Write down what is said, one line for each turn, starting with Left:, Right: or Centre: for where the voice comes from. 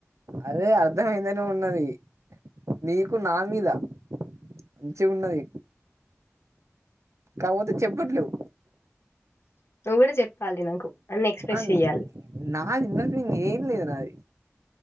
Right: అదే అర్ధమయిందనే ఉన్నది నీక్ కు నా మీద మంచిగున్నది కాకపోతే చెప్పట్లేవు
Left: నువ్వు కూడా చెప్పాలి నాకు అన్ని ఎక్స్ప్రెస్
Right: అన్
Left: చెయాలి
Right: నాది ఇన్నర్ ఫీలింగ్ ఏదీ లేదు నాది